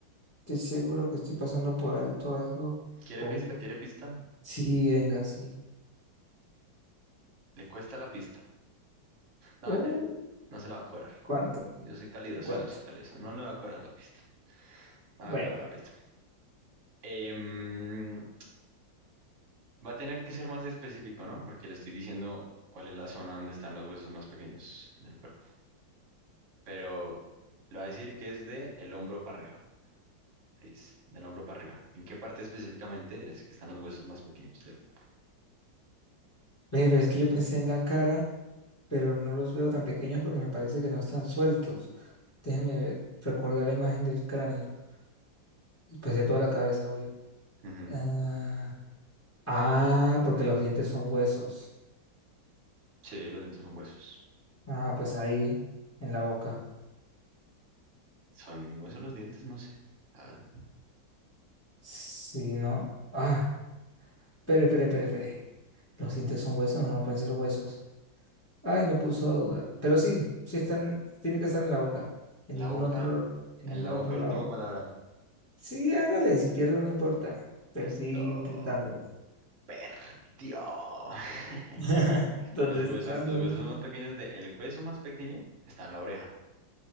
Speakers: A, on the left; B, on the right.
A: Estoy seguro que estoy pasando por alto algo.
B: ¿Quiere
A: Colio.
B: pista? ¿Quiere pista?
A: Sí, venga, sí.
B: Le cuesta la pista. No,
A: Oh,
B: mentira, no se la va a cobrar.
A: ¿cuánto?
B: Yo soy calidoso,
A: ¿Cuánto?
B: yo soy calidoso. No le va a cobrar la pista. No
A: Bueno,
B: le va a cobrar la pista. Em, va a tener que ser más específico, ¿no? Porque le estoy diciendo cuál es la zona donde están los huesos más pequeños del cuerpo. pero le voy a decir que es de el hombro para arriba. Ahí es, del hombro para arriba. ¿En qué parte específicamente es que están los huesos más pequeños del cuerpo?
A: ve, ve, es que yo pensé en la cara. pero no los veo tan pequeños porque me parece que no están sueltos. Déjeme ver, recordar la imagen del cráneo, y pues de toda la cabeza, obvio.
B: Ujú.
A: Ah, ah, porque los dientes son huesos.
B: Sí, los dientes son huesos.
A: Ah, pues ahí, en la boca.
B: ¿Son huesos los dientes? No sé. la verdad.
A: Si no. Ah, espere, espere, espere, espere. Los dientes son huesos, no, no pueden ser huesos. Ay, me puso a dudar. Pero sí, sí están, tiene que estar en la boca. En
B: la
A: ningún
B: boca,
A: otro, en
B: en
A: ningún
B: la boca,
A: otro
B: última
A: lado.
B: palabra.
A: Sí, hágale, si pierdo no importa. Perdí
B: Listo.
A: intentándolo.
B: Perdió. <laughs>
A: <laughs> ¿Dónde
B: Los huesos,
A: están?
B: los
A: ¿Dónde
B: huesos
A: están?
B: más pequeños de, el hueso más pequeño está en la oreja.